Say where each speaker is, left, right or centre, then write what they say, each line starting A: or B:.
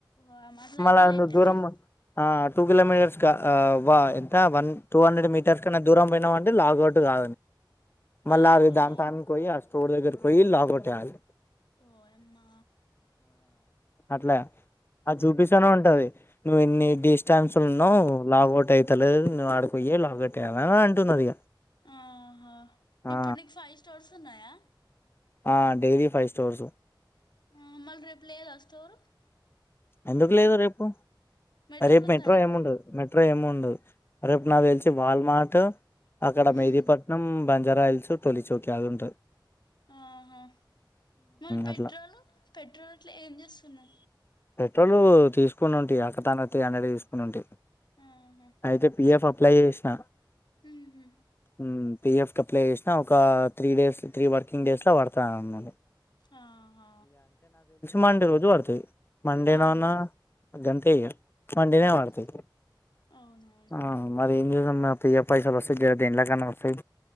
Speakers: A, on the left; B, on the left.
A: వామ్మో అట్లయితే
B: మళ
A: లేట్ అయితది
B: దూరం ఆ టూ కిలోమీటర్స్ ఎంత వన్ టూ హండ్రెడ్ మీటర్స్ క దూరం పోయినావాంటడి లాగౌట్గా మళ్ళీ
A: ఆహా
B: అ దాని తానికి పోయి ఆ స్టోర్ దగ్గర పోయి లాగొట్ేయాలి
A: ఓ అమ్మా
B: అట్లా అ చూపిస్తనే ఉంటది నువ్వు ఎన్ని డిస్టాన్స్లు ఉన్నావు లాగౌట్ అయితలేదు నువ్ ఆడిపోయ లాగౌట్ అయ్యాాల అని అంటున్నారుది ఇక
A: ఆహా
B: ఆ
A: ఇప్పుడు నీకు ఫైవ్ స్టోర్స్ ఉన్నాయా
B: ఆ డైలీ ఫైవ్ స్టోర్సు
A: అ మల్ రేపు లేద స్ోరు
B: ఎందుకు లేదు అేపు
A: మెట్రోలో
B: అరే మెట్రో
A: ఉందా రేపు
B: అయమదు మె ఏమిండదు రేపు
A: ఆ
B: నా తెలిసి వాల్మాట్ అక్కడ
A: మ్మ్
B: మెదీపట్నం జరాయల్స్ టొలి చోకకి అదం
A: ఆహా మళ్ళీ పెట్రోలు
B: అట్లా
A: పెట్రోల్ అట్లా ఏం చేస్తున్నా
B: పెట్రోల్ తీసుకుొని ఉంటయి అకతన అండ తీసుకుని ఉంటాయి
A: ఆహా
B: అయితే పి
A: ఉ-
B: ఎఫ్ అప్లై చేసినా
A: ఉహు
B: ఉమ్ పి ఎఫ్ కు అప్లై చేసినా ఒక three days three working days ల పడతాయి అన్నాడు
A: ఆహా
B: మండే రోజు పడుతయి మండే
A: అవును
B: నా గంతే ఇగ మండినే
A: అవు
B: పడతాయి
A: అవునవును
B: ఆ మరి <inaudible> నా పి యఫ్ పైసలు వస్తే జర దీన్లకన్నా వస్తాయి